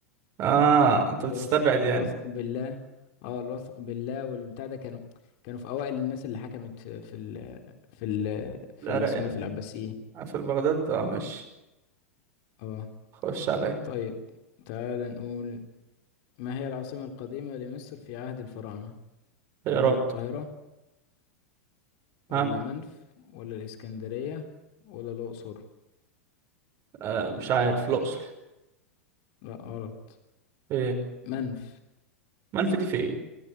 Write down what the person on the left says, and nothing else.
الواثق
الواثق
بالله اه الواثق بالله والبتاع ده كانوا كانوا في اوائل الناس اللي حكمت في في ال في ال في
اللي اسمه
ايه في العباسيين
اه
طيب تعال نقول ما هي العاصمة القديمة لمصر في عهد الفراعنة
هل هي القاهرة ولا
منف ولا الإسكندرية ولا الأقصر
لا غلط
منف